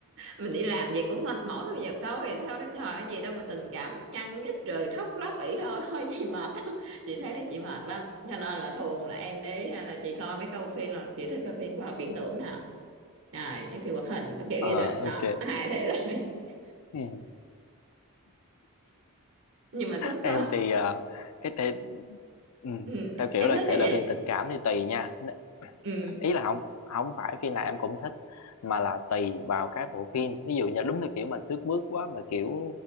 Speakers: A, on the right; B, on the left.
A: mình đi làm vậy cũng mệt mỏi bây giờ coi thì sao nó trời ơi, gì đâu mà tình cảm nhăn nhít rồi khóc lóc ỉ <laughs> ôi thôi chị mệt lắm chị thấy là chị mệt lắm cho nên là thường là em đi hay là chị coi mấy câu phim là chị thích coi phim khoa học viễn tưởng nào rồi những phim hoạt hình kiểu
B: ờ
A: gì đó đó
B: ok
A: hài thể lại <laughs>
B: ừ
A: nhưng mà có
B: em
A: có
B: thì ờ, cái thể ừ,
A: ừ.
B: theo kiểu
A: em
B: là
A: thích
B: thể
A: cái
B: loại
A: gì
B: phim tình cảm thì tùy nha N-
A: ừ
B: ý là không không phải phim nào em cũng thích mà là tùy vào cái bộ phim ví dụ như đúng theo kiểu mà sướt mướt quá mà kiểu